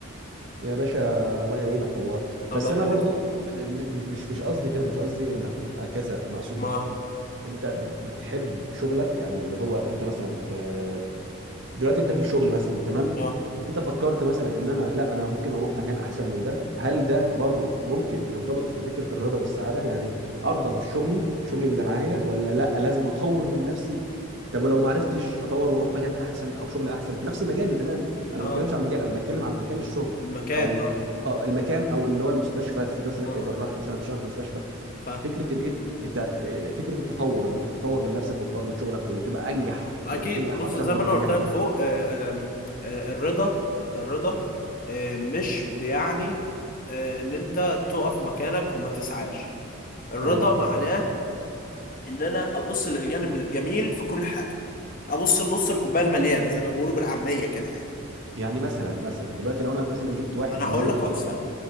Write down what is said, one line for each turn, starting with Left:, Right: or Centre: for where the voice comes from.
Right: يا باشا الله يعينك والله بس
Left: <laughs> الله يخليك
Right: انا برضو م- م- مش مش قصدي كده مش قصدي انك تبقى كذا انا اقصد
Left: ما
Right: انت بت- بتحب شغلك يعني اللي هو انت مثلا آه، دلوقتي انت في الشغل مثلا تمام
Left: اه
Right: انت فكرت مثلا ان انا لا انا ممكن اروح مكان احسن من ده هل ده برضو ممكن ينطبق في فكرة الرضا والسعادة يعني ارضى بشغلي بشغلي اللي معايا ولا لا لازم اطور من نفسي طب ولو ما عرفتش اطور واروح مكان احسن او شغل احسن في نفس مجالي تمام انا
Left: اه
Right: ما بتكلمش عن المجال انا بتكلم عن مكان الشغل
Left: المكان
Right: او
Left: اه
Right: اه المكان او اللي هو المستشفى انت مثلا
Left: اه
Right: كجراح
Left: آه،
Right: مثلا شغال في المستشفى
Left: فاهم
Right: فكره الايه انت آه، فكره التطور انك تطور من نفسك وتطور من شغلك وتبقى انجح
Left: اكيد
Right: يعني انجح
Left: بص
Right: اكتر
Left: زي
Right: من
Left: ما
Right: النجاح
Left: انا قلت لك فوق آه، آم، آه، الرضا الرضا آه، مش بيعني آه، ان انت تقف مكانك وما تسعاش الرضا
Right: تمام
Left: معناه ان انا ابص للجانب الجميل في كل حاجه ابص لنص الكوبايه المليان زي ما بيقولوا بالعاميه كده يعني
Right: يعني مثلا مثلا دلوقتي لو انا مثلا جبت واحد
Left: ما انا
Right: زميل
Left: هقول لك
Right: دكتور
Left: اهو استنى